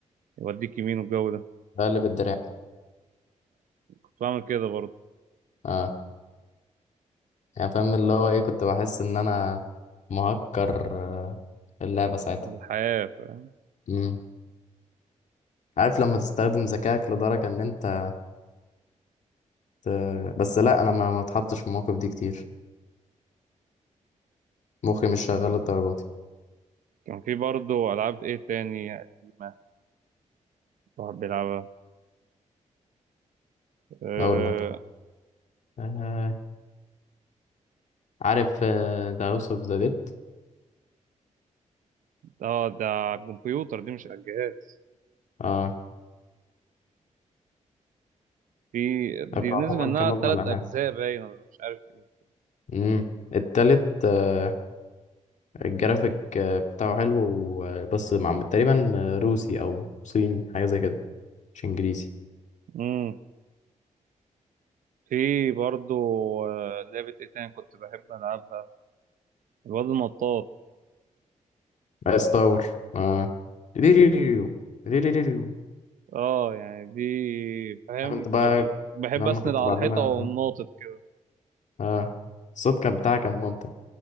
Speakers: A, on the right; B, on the left.
A: يوديك يمين والجو ده
B: بقلب الدراع
A: كنت بعمل كده برضه
B: اه يعني فاهم اللي هو ايه كنت بحس ان انا مهكر آه، اللعبة ساعتها
A: من الحياة فاهم
B: مم. عارف لما تستخدم ذكائك لدرجة ان انت آه، بس لا انا ما ما اتحطش في المواقف دي كتير مخي مش شغال للدرجه دي
A: كان في برضه ألعاب ايه تاني قديمة الواحد بيلعبها اه
B: اقول لك آه عارف ذا هاوس اوف ذا ديد
A: آه، ده على الكمبيوتر دي مش على الجهاز
B: اه
A: في دي
B: عموما
A: نزل منها
B: كمجمل
A: تلات
B: العاب
A: أجزاء باين ولا مش عارف ايه
B: امم التالت آه، الجرافيك آه، بتاعه حلو و- بس مع تقريبا آه، روسي او صيني حاجه زي كده مش انجليزي
A: مم. في برضو آه، لعبة ايه تاني كنت بحب ألعبها الواد النطاط
B: بس تاور اه ريريريو ريريريو
A: اه يعني دي فاهم
B: انا كنت بقى
A: طب بحب
B: لما
A: أسند
B: كنت
A: على
B: بعملها
A: الحيطة وأقوم ناطط كده
B: اه الصوت كان بتاعها كان ممتع